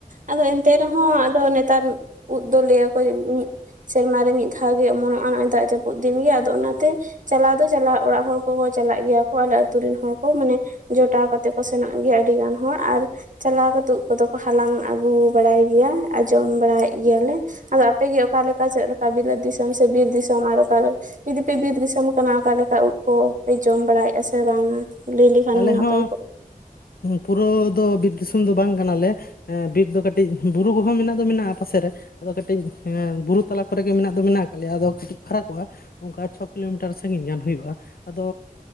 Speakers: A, on the right; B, on the left.
A: ᱟᱫᱚ ᱮᱱᱛᱮ ᱨᱮᱦᱚᱸ ᱦᱚᱸ ᱟᱫᱚ ᱱᱮᱛᱟᱨ ᱩᱫ ᱫᱚ ᱞᱟᱹᱭᱟᱠᱚ ᱢᱤᱫ ᱥᱮᱨᱢᱟ ᱨᱮ ᱢᱤᱫ ᱫᱷᱟᱣ ᱜᱮ ᱚᱢᱚᱱᱚᱜᱼᱟ ᱱᱚᱜᱼᱚᱭ ᱫᱟᱜ ᱡᱟᱹᱯᱩᱫ ᱫᱤᱱᱜᱮ ᱟᱫᱚ ᱚᱱᱟᱛᱮ ᱪᱟᱞᱟᱣ ᱫᱚ ᱪᱟᱞᱟᱜ ᱚᱲᱟᱜ ᱦᱚᱲ ᱠᱚᱠᱚ ᱪᱟᱞᱟᱜ ᱜᱮᱭᱟ ᱠᱚ ᱟᱞᱮ ᱟᱹᱛᱩ ᱨᱤᱱ ᱦᱚᱲ ᱠᱚ ᱢᱟᱱᱮ ᱡᱚᱴᱟᱣ ᱠᱟᱛᱮᱫ ᱠᱚ ᱥᱮᱱᱚᱜ ᱜᱮᱭᱟ ᱟᱹᱰᱤ ᱜᱟᱱ ᱦᱚᱲ ᱟᱨ ᱪᱟᱞᱟᱣ ᱠᱟᱛᱮᱫ ᱩᱫ ᱫᱚ ᱠᱚ ᱦᱟᱞᱟᱝ ᱟᱹᱜᱩ ᱵᱟᱲᱟᱭ ᱜᱮᱭᱟ ᱟᱸ ᱡᱚᱢ ᱵᱟᱲᱟᱭᱮᱫ ᱜᱮᱭᱟᱞᱮ ᱟᱫᱚ ᱟᱯᱮᱜᱮ ᱚᱠᱟᱞᱮᱠᱟ ᱪᱮᱫ ᱞᱮᱠᱟ ᱵᱤᱞᱟᱹ ᱫᱤᱥᱚᱢ ᱥᱮ ᱵᱤᱨ ᱫᱤᱥᱚᱢ ᱟᱨ ᱚᱠᱟᱞᱮᱠᱟ ᱡᱩᱫᱤ ᱯᱮ ᱵᱤᱨ ᱫᱤᱥᱚᱢ ᱠᱟᱱᱟ ᱚᱠᱟᱞᱮᱠᱟ ᱩᱫ ᱠᱚᱯᱮ ᱡᱚᱢ ᱵᱟᱲᱟᱭᱮᱫᱼᱟ ᱥᱮ ᱵᱟᱝᱟ ᱞᱟᱹᱭ ᱞᱮᱠᱷᱟᱱᱮᱢ
B: ᱟᱞᱮ
A: ᱱᱟᱯᱟᱭ
B: ᱦᱚᱸ
A: ᱠᱚᱜᱼᱟ
B: ᱯᱩᱨᱟᱹ ᱫᱚ ᱵᱤᱨ ᱫᱤᱥᱚᱢ ᱫᱚ ᱵᱟᱝ ᱠᱟᱱᱟᱞᱮ ᱵᱤᱨ ᱫᱚ ᱠᱟᱹᱴᱤᱡ ᱵᱩᱨᱩ ᱠᱚᱦᱚᱸ ᱢᱮᱱᱟᱜ ᱫᱚ ᱢᱮᱱᱟᱜᱼᱟ ᱯᱟᱥᱮᱨᱮ ᱟᱫᱚ ᱠᱟᱹᱴᱤᱡ ᱵᱩᱨᱩ ᱛᱟᱞᱟ ᱠᱚᱨᱮ ᱜᱮ ᱢᱮᱱᱟᱜ ᱫᱚ ᱢᱮᱱᱟᱜ ᱟᱠᱟᱫ ᱞᱮᱭᱟ ᱟᱫᱚ ᱠᱟᱹᱴᱤᱡ ᱯᱷᱟᱨᱟᱠᱚᱜᱼᱟ ᱚᱱᱠᱟ ᱪᱷᱚ ᱠᱤᱞᱳᱢᱤᱴᱟᱨ ᱥᱟᱺᱜᱤᱧ ᱜᱟᱱ ᱦᱩᱭᱩᱜᱼᱟ ᱟᱫᱚ